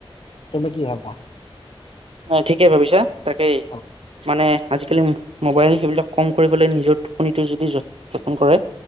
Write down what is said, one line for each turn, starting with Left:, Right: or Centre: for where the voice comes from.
Left: তুমি কি ভাবা?
Right: ঠিকেই ভাবিছা তাকেই।
Left: অ
Right: মানে আজিকালি মোবাইল সেইবিলাক কম কৰিবলৈ নিজৰ টোপনিটো যদি যতন কৰে-